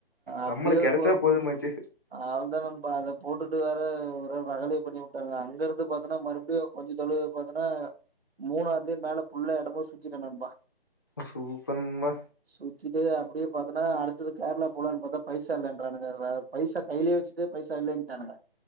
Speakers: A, on the right; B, on the left.
A: அப்டியே
B: நம்மளுக்கு கெடச்சா
A: போ
B: போதுமாச்சு
A: அவள்தா நண்பா அத போட்டுட்டு வேற ஒரே ரகலய பண்ணிவுட்டானுங்க அங்கறந்து பாத்தன்னா மறுபடியு கொஞ்ச தொலுவு பாத்தன்னா மூணாறுலயே மேல ஃபுல்லா எடமு சுத்திட்டே நண்பா
B: சூப்பர் நண்பா
A: சுத் திட்டு அப்டியே பாத்தன்னா அடுத்தது கேரளா போலனு பாத்தா பைச இல்லறானுங்க பைசா கையிலே வச்சிட் டே பைசா இல்லன்டானுங்க